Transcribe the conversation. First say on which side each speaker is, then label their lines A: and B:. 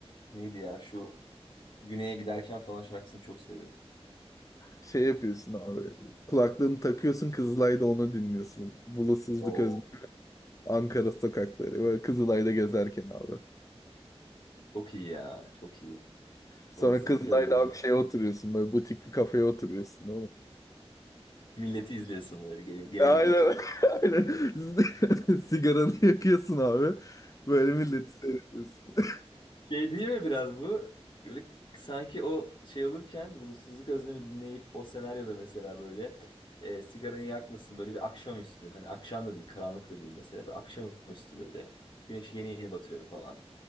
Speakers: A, on the left (about 50°); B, on the left (about 30°).
A: neydi ya şu Güney'e giderken falan şarkısını çok seviyorum.
B: Şey yapıyorsun abi. Kulaklığını takıyorsun Kızılay'da onu dinliyorsun. Bulutsuzluk
A: Oo,
B: özlem. Ankara sokakları. Böyle Kızılay'da gezerken abi.
A: çok iyi ya, çok iyi.
B: Sonra
A: Bulutsuzluk
B: Kızılay'da
A: özlemi.
B: abi şeye oturuyorsun. Böyle butik bir kafeye oturuyorsun.
A: Milleti izliyorsun böyle gelen- geleni
B: Aynen.
A: geçeni.
B: <laughs> Aynen. <laughs> Sigaranı yakıyorsun abi. Böyle milleti seyrediyorsun. <laughs>
A: Şey değil mi biraz bu? Böyle sanki o şey olurken bulutsuzluk özlemi dinleyip o senaryoda mesela böyle e, sigaranı yakmasın böyle bir akşamüstü. Hani akşam da değil, karanlık da değil mesela. Bir akşamüstü böyle. Güneş yeni yeni batıyor falan.